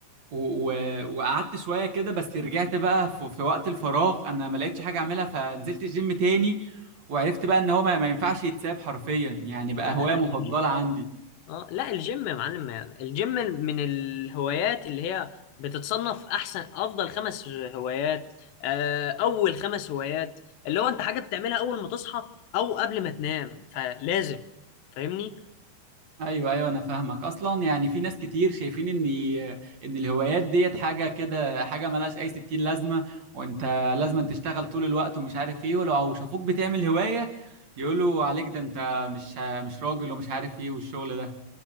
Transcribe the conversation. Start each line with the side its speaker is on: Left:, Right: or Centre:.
Right: و... و... وقعدت شوية كده بس رجعت بقى في... في وقت الفراغ انا ما لقيتش حاجة اعملها فنزلت الجيم تاني وعرفت بقى ان هو ما, ما ينفعش يتساب حرفيا يعني بقى
Left: لا لا
Right: هواية مفضلة
Left: الجيم
Right: عندي
Left: اه لا الجيم يا معلم يعني الجيم من الهوايات اللي هي بتتصنف احسن افضل خمس هوايات آه، اول خمس هوايات اللي هو انت حاجه بتعملها اول ما تصحى او قبل ما تنام فلازم فاهمني
Right: ايوه ايوه انا فاهمك اصلا يعني في ناس كتير شايفين ان ان الهوايات ديت حاجه كده حاجه ملهاش اي ستين لازمه وانت لازم أن تشتغل طول الوقت ومش عارف ايه ولو شافوك بتعمل هوايه يقولوا عليك ده انت مش مش راجل ومش عارف ايه والشغل ده